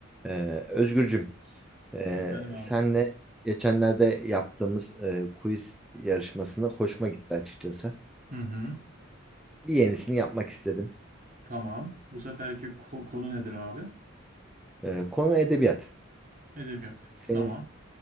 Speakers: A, in the centre; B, on the right (about 40°).
A: Ee, Özgürcüm, ee,
B: Efendim abi.
A: senle geçenlerde yaptığımız e, quiz yarışmasını hoşuma gitti açıkçası.
B: Hı hı.
A: Bir yenisini yapmak istedim.
B: Tamam. Bu seferki ko- konu nedir abi?
A: Ee, konu edebiyat.
B: Edebiyat.
A: Senin
B: Tamam.